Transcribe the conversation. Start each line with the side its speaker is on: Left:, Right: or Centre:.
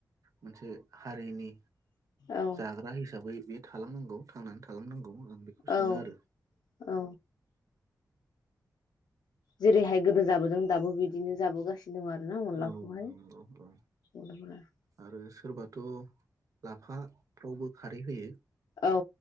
Right: मोनसे हारिनि
Left: औ
Right: जाग्रा हिसाबै बे थालांनांगौ थांनानै थालांनांगौ। आं बेखौ सानो
Left: औ
Right: आरो
Left: औ जेरैहाय गोदो जाबोदों दाबो बिदिनो जाबोगासिनो। फिदों आरोना अनलाखौहाय
Right: औ नंगौ औ
Left: अनलाफ <unintelligible>
Right: आरो सोरबाथ' लाफाफ्रावबो। खारै होयो।
Left: औ